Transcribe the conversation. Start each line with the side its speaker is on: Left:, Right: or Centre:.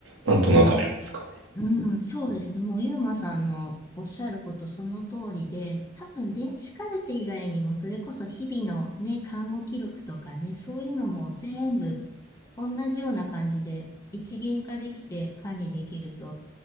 Right: なんとなくありますかね。
Left: うんうん、そうですね。もう、ゆうまさんのおっしゃることその通りで、多分、電子カルテ以外にも、それこそ日々のね、看護記録とかね、そういうのも全部同じような感じで、一元化できて管理できると